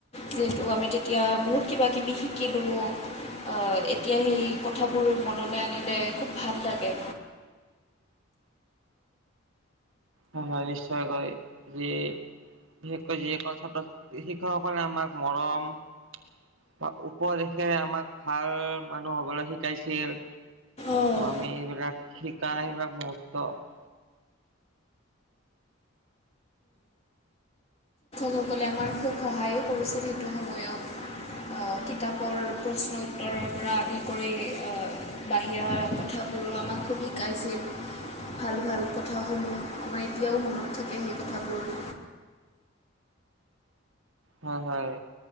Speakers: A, on the left (about 30°); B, on the right (about 65°).
A: যিহেতু আমি তেতিয়া বহুত কিবা কিবি শিকিলোঁ। আ এতিয়া সেই কথাবোৰ মনলৈ আনিলে খুব ভাল লাগে।
B: হয়, হয় নিশ্চয়কৈ। যি- বিশেষকৈ যিসকল ছাত্ৰ -ছাত্ৰী, শিক্ষকসকলে আমাক মৰম- বা উপদেশেৰে আমাক ভাল মানুহ হবলৈ শিকাইছিল।
A: অঁ
B: আমি এইবিলাক শিকা নাই বা গুৰুত্ত্ব -
A: সকলে আমাৰ খুব সহায়ো কৰিছিল। সেইটো- সময়ত কিতাপৰ প্ৰশ্ন উত্তৰৰ পৰা আদি কৰি আ- বাহিৰৰ কথাবোৰো আমাক খুব শিকাইছিল। ভাল ভাল কথাসমূহ, আমাৰ এতিয়াও মনত থাকে সেই কথাবোৰ।
B: হয়, হয়।